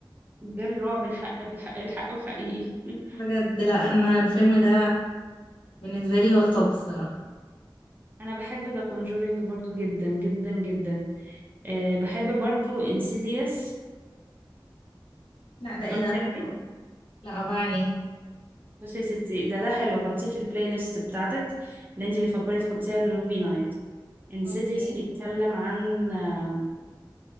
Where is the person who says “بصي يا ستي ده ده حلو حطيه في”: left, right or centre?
Right